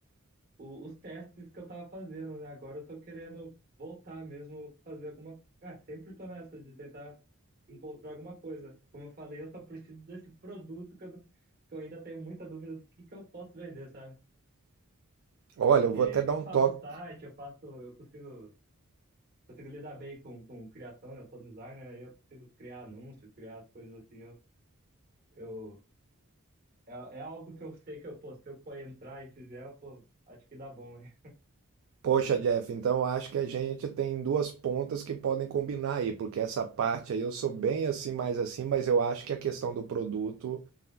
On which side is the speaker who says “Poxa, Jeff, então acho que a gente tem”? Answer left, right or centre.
Right